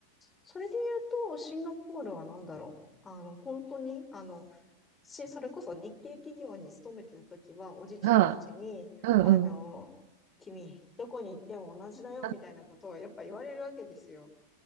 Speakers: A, on the left; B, on the right.
A: それで言うと、シンガポールはなんだろう。あの、本当に、あの、し、それこそ日系企業に勤めてた時は、おじちゃんたちに、
B: はい。うんうん。
A: あの、君、どこに行っても同じだよみたいなことをやっぱ言われるわけですよ。
B: あ、